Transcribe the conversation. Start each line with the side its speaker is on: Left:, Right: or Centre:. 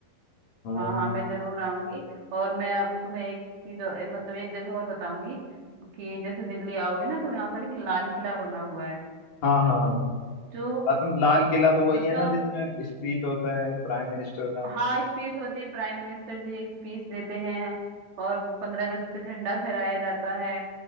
Left: हाँ
Right: हाँ हाँ मैं जरूर आऊंगी और मैं अब तुम्हें एक चीज और- मतलब एक जगह और बताऊंगी कि जैसे दिल्ली आओगे ना तो यहाँ पर एक लाल किला बना हुआ है
Left: हाँ हाँ
Right: जो
Left: मतलब लाल किला तो वही
Right: मतलब
Left: है ना जिसमें स्पीच होता है प्राइम मिनिस्टर का हमेशा
Right: हाँ स्पीच होती है प्राइम मिनिस्टर जी स्पीच देते हैं और पंद्रह अगस्त पे झंडा फहराया जाता है